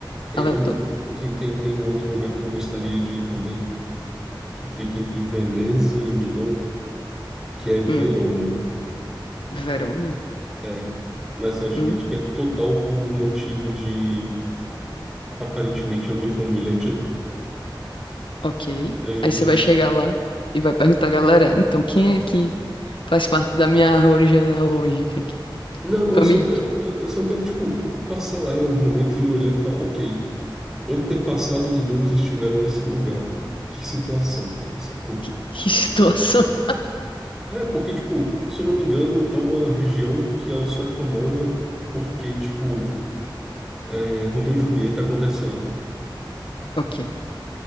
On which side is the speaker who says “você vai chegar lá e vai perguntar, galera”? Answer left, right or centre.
Left